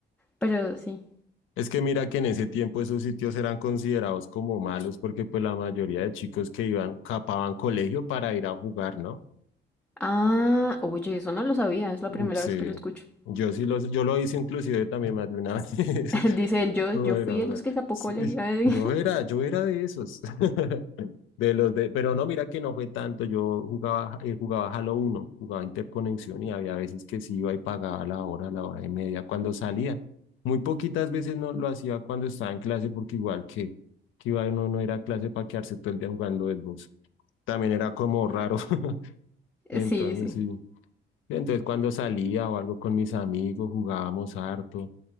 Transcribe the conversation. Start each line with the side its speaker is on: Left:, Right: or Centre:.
Centre: Pero sí.
Left: Es que mira que en ese tiempo esos sitios eran considerados como malos porque pues la mayoría de chicos que iban capaban colegio para ir a jugar, ¿no?
Centre: Ah, oye, eso no lo sabía, es la
Left: Mm,
Centre: primera
Left: Sí,
Centre: vez que lo escucho.
Left: yo sí los, yo lo hice inclusive también más de una <laughs> vez.
Centre: <laughs> Dice él, yo,
Left: Voy
Centre: yo fui
Left: a ir a
Centre: de
Left: jugar.
Centre: los que capó
Left: Sí,
Centre: colegio. <laughs>
Left: yo era, yo era de esos. <laughs> De los de, pero no, mira que no fue tanto. Yo jugaba, eh, jugaba Halo uno jugaba interconexión y había veces que sí iba y pagaba la hora, la hora y media cuando salía. Muy poquitas veces no lo hacía cuando estaba en clase, porque igual que, que iba uno no era clase para quedarse todo el día jugando Xbox. También era como raro. <laughs> Entonces
Centre: Sí, sí.
Left: sí. Entonces cuando salía o algo con mis amigos, jugábamos harto.